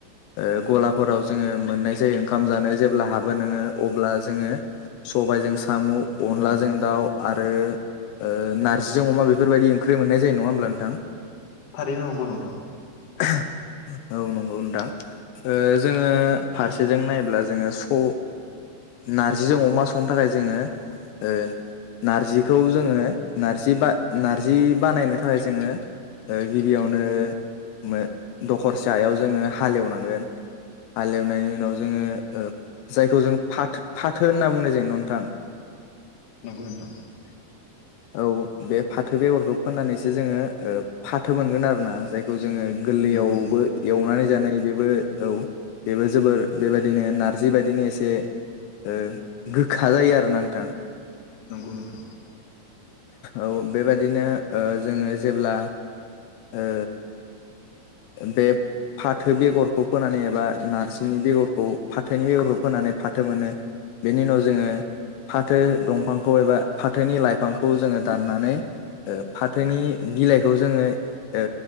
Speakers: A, on the left; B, on the left.
A: ओ गलाफोराव जोङो मोननाय जायो। ओंखाम जानो जेब्ला हाबो नोङो अब्ला जोङो सबायजों साम' अनलाजों
B: नंगौ नोंथां
A: दाउ आरो ओ नारजिजों अमा बेफोरबायदि ओंख्रि मोननाय जायो नङा होमब्ला नोंथां।
B: थारैनो नंगौ नोंथां
A: <unintelligible> औ नंगौ नोंथां ओ जोङो फारसेजों नायब्ला जोङो स' ओ नारजिजों अमा संनो थाखाय जोङो ओ नारजि खौ जोङो नारजि बा नारजि बानायनो थाखाय जोङो ओ गिबियावनो दखरसे हायाव जोङो हालेव नांगोन। हाल एवनाय बेनि उनाव जोङो ओ जायखौ जों फा-फाथो होनना बुंनाय जायो नोंथां
B: नंगौ नोंथां
A: औ बे फाथो बेगरखौ फोनानैसो जोङो ओ फाथो मोनगोन आरोना जायखौ जोङो गोरलैयावबो
B: नंगौ नोंथां
A: एवनानै जानाय बेबो औ बेबो जोबोर बेबायदिनो नारजि बायदिनो एसे ओ गोखा जायो आरोना नोंथां
B: नंगौ नोंथां
A: औ बेबायाददिनो जोंङो जेब्ला ओ बे फाथो बेगरखौ फोनानै एबा नारजिनि बेगरखौ फाथोनि बेगरखौ फोनानै फाथो मोनो बेनि उनाव जोङो फाथो दंफांखौ एबा फाथोनि लाइफांखौ जोङो दाननानै फाथोनि बिलाइखौ जोंङो ओ